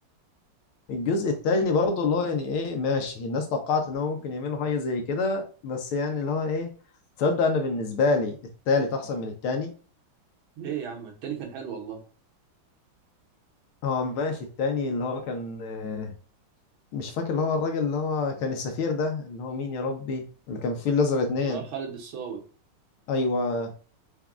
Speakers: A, on the left; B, on the right.
A: الجزء التاني برضه اللي هو يعني ايه ماشي الناس توقعت ان هو ممكن يعملوا حاجه زي كده بس يعني اللي هو ايه تصدق انا بالنسبه لي التالت احسن من التاني
B: ليه يا عم التاني كان حلو والله
A: هو ماشي التاني اللي هو كان آه، مش فاكر اللي هو الراجل اللي هو كان السفير ده اللي هو مين يا ربي اللي كان فيه الازرق اتنين
B: اللي هو خالد الصاوي
A: ايوه